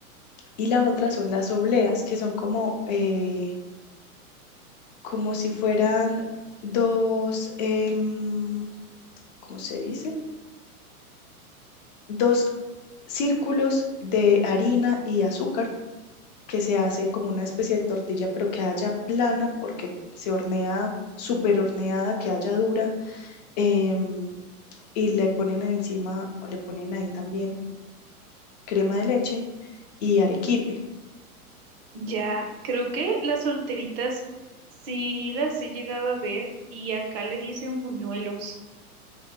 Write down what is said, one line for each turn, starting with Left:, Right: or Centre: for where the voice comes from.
Left: y la otra son las obleas, que son como, eh, como si fueran dos, em, ¿cómo se dice? Dos círculos de harina y azúcar que se hace como una especie de tortilla, pero que haya plana porque se hornea súper horneada, que haya dura, em, y le ponen encima o le ponen ahí también crema de leche y arequipe.
Right: Ya, creo que las solteritas sí las he llegado a ver y acá le dicen buñuelos.